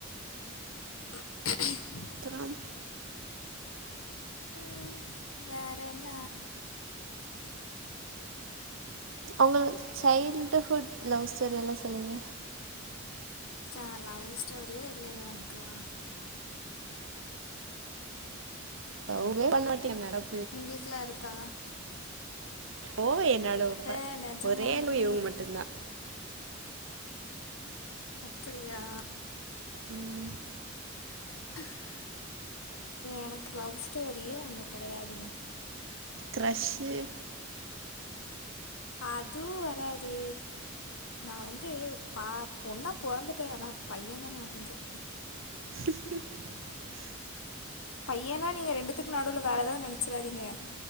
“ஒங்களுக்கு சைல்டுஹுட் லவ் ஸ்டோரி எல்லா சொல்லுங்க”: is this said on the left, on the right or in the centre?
Right